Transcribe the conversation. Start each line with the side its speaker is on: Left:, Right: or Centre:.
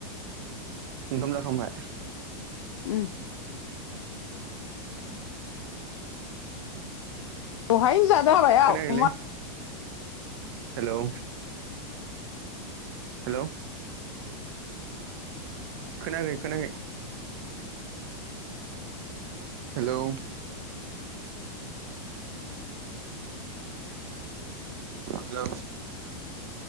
Right: ओंखाम जाखांबाय।
Left: ओम दहायनो जादो हाबाय
Right: खोनायाखैलै
Left: अमा
Right: हेलौ हेल' खोनायाखै खोनायाखै हेलौ हेलौ